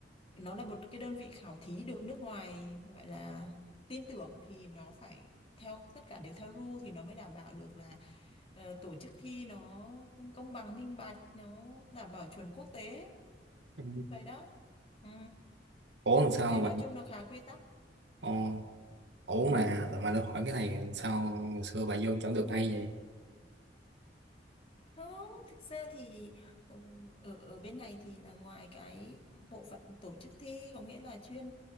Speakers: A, on the left (about 35°); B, on the right (about 70°).
A: Nó là một cái đơn vị khảo thí được nước ngoài gọi là tin tưởng thì nó phải theo tất cả đều theo rule thì nó mới đảm bảo được là ờ, tổ chức thi nó công bằng minh bạch, nó đảm bảo chuẩn quốc tế.
B: Ừ.
A: Vậy đó. Ừ.
B: ủa làm sao
A: Nên
B: bạn
A: nói chung là khá quy tắc.
B: ờ Ủa
A: Ừ.
B: mà mà được hỏi cái này sao xưa bà vô chẳng được hay vậy
A: Không, thực ra thì ừ, ở ở bên này thì là ngoài cái bộ phận tổ chức thi có nghĩa là chuyên